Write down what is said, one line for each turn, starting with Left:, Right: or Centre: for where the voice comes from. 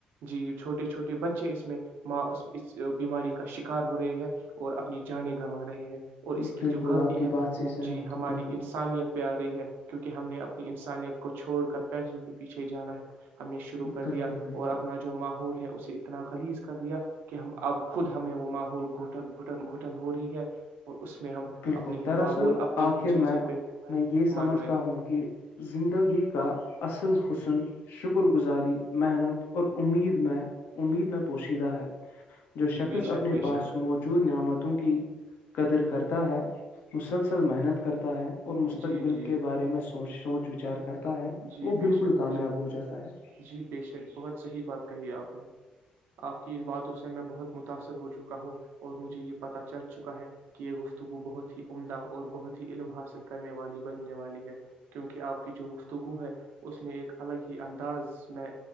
Right: جی چھوٹے چھوٹے بچے اس میں ماں اس بیماری کا شکار ہو رہے ہیں اور اپنی جان گوا رہے ہیں اور
Left: بالکل
Right: اس کی جو غلطی
Left: آپ کی
Right: ہے
Left: بات سے
Right: وہ
Left: سہمت
Right: جی ہماری
Left: ہوں بالکل
Right: انسانیت پہ آ رہی ہے کیونکہ ہم نے اپنی انسانیت کو چھوڑ کر پیسوں کے پیچھے جانا ہم نے کر
Left: بالکل
Right: دیا
Left: بالکل
Right: اور اپنا جو ماحول ہے اسی اتنا خلیز کر دیا کہ ہم اب خود ہمیں وہ ماحول گٹن گھٹن گھٹن ہو رہی ہے اس میں ہم
Left: بالکل
Right: اپنے ہی
Left: دراصل
Right: ماحول اپنے
Left: آخر
Right: ہی چیزیں
Left: میں
Right: پہ
Left: میں یہ سمجھتا
Right: مر رہے ہیں
Left: ہوں کہ زندگی کا اصل حسن شکر گزار محنت اور اد میں امید میں پوشیدہ ہے جو
Right: جی
Left: شخص
Right: بے شک
Left: اپنے
Right: بے
Left: پاس
Right: شک
Left: موجود نعمتوں کی قدر کر ہے مسلسل محنت کرتا ہے اور مستقبل
Right: جی جی
Left: کے بارے میں سوچ سوچ وچار کرتا ہے
Right: جی
Left: وہ
Right: بے
Left: بالکل
Right: شک
Left: کامیاب
Right: بے
Left: ہو جاتا ہے
Right: جی بے شک بہت صحیح بات کہی ہے آپ نے آپ کی ان باتوں سے میں بہت متاثر ہو چکا ہوں اور مجھے یہ پتہ چل چکا ہے کہ یہ گفتگو بہت ہی عمدہ اور بہت ہی علم حاصل کرنے والی بننے والی ہے کیونکہ آپ کی جو گفتگو ہے اس میں ایک الگ ہی انداز میں